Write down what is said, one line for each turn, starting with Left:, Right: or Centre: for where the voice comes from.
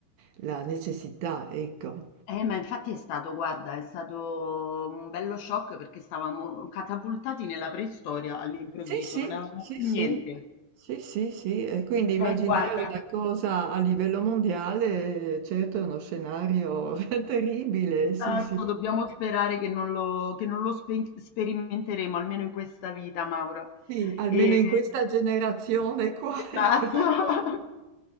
Right: la necessità, ecco.
Left: eh, ma infatti è stato, guarda, è stato un bello shock perché stavamo catapultati nella preistoria all'improvviso,
Right: Sì, sì,
Left: non avevamo
Right: sì,
Left: più
Right: sì,
Left: niente.
Right: sì, sì, sì, e quindi immaginare
Left: Eh, guarda,
Right: una cosa a livello mondiale, certo è uno scenario <laughs> terribile,
Left: esatto,
Right: sì, sì,
Left: dobbiamo sperare che non lo, che non lo spe- sperimenteremo, almeno in questa vita, Maura.
Right: sì, almeno
Left: E-
Right: in questa generazione qua,
Left: esatto.
Right: <laughs> ecco.
Left: <laughs>